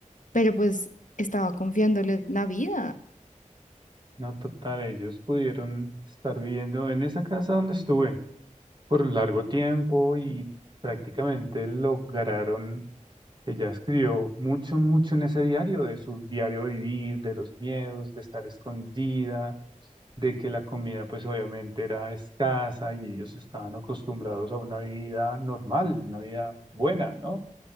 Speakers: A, on the left; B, on the right.
A: pero pues estaba confiándole la vida.
B: No, total, ellos pudieron estar viviendo en esa casa donde estuve. por un largo tiempo y prácticamente lograron, ella escribió mucho, mucho en ese diario, de su diario vivir, de los miedos, de estar escondida, de que la comida pues obviamente era escasa y ellos estaban acostumbrados a una vida normal, una vida buena, ¿no?